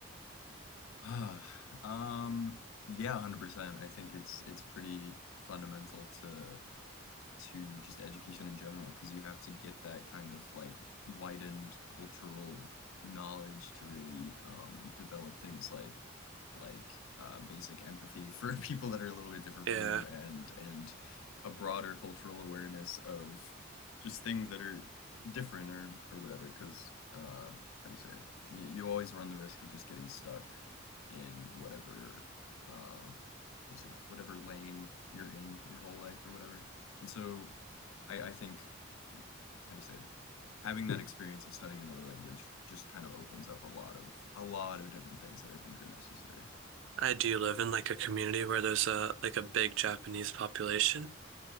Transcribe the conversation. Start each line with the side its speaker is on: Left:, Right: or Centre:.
Left: <sighs> Ah, Um yeah, 100%. I think it's it's pretty fundamental to to just education in general because you have to get that kind of like widened cultural knowledge to really um, develop things like like uh, basic empathy <laughs> for people that are a little bit different
Right: Yeah,
Left: from you and and a broader cultural awareness of just things that are different or or whatever because uh how do you say it? You, you always run the risk of just getting stuck in whatever uh how do you say whatever lane you're in your whole life or whatever. And so I, I think how do you say having that experience of studying another language just kind of opens up a lot of a lot of different things that I think are necessary. So
Right: I do live in like a community where there's a like a big Japanese population.